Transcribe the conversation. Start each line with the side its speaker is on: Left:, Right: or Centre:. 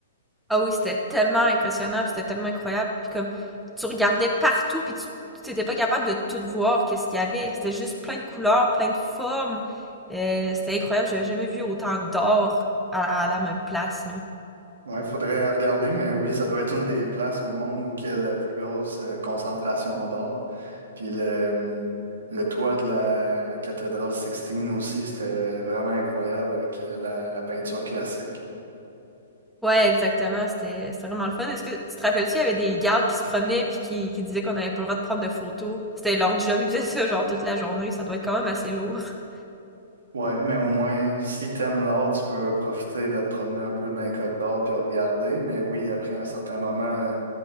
Centre: ah oui c'était tellement impressionnant puis c'était tellement incroyable puis comme tu regardais partout puis tu t'étais pas capable de tout voir qu'est-ce qu'il y avait c'était juste plein de couleurs plein de formes euh, c'était incroyable j'avais jamais vu autant d'or à, à la même place là.
Right: Ouais, faudrait regarder, mais oui, ça doit être une des places au monde où il y a la plus grosse euh, concentration d'or. Puis le, hum, le toit de la cathédrale Sixtine aussi, c'était vraiment incroyable avec euh, la, la peinture classique.
Centre: Ouais, exactement, c'était c'était vraiment le fun. Est-ce que tu te rappelles-tu, il y avait des gardes qui se promenaient puis qui, qui disaient qu'on n'avait pas le droit de prendre de photos. C'était leur job, ils faisaient ça genre toute la journée, ça doit être quand même assez lourd. <laughs>
Right: Ouais, mais au moins, si t'aimes l'art, tu peux profiter de te promener un peu dans les corridors puis regarder. Mais oui, après un certain moment,